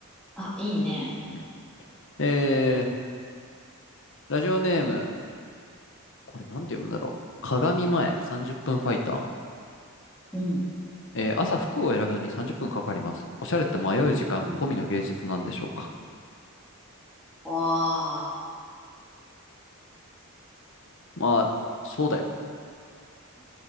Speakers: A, in the centre; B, on the left.
A: あいいね
B: うん、えー、ラジオネーム、これなんて読むんだろう。鏡前30分ファイター。
A: うん
B: えー、朝服を選ぶのに30分かかります。おしゃれって迷う時間込みの芸術なんでしょうか。
A: うんわあ
B: まあ、そうだよ。